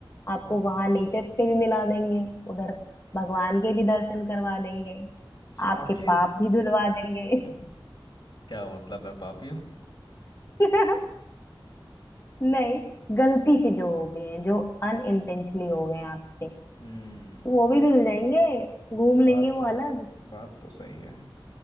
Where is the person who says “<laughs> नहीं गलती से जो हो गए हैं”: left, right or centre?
Left